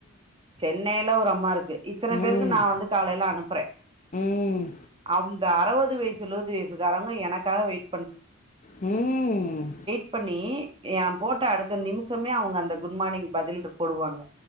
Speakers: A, on the right (about 25°); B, on the left (about 35°).
A: சென்னைல ஒரு அம்மாருக்கு இத்தன
B: ம்
A: பேருக்கு நா வந்து காலைல அனுப்புறே
B: ம்
A: அந்த அறவது வய்சு எழுவது வய்சுக்காரவ்ங்க எனக்காக வெய்
B: ம்
A: ட் பண்ணி எ போட்ட அடுத்த நிமுஷமே அவுங்க அந்த குட்மார்னிங் பதில்ட்ரு போடுவாங்க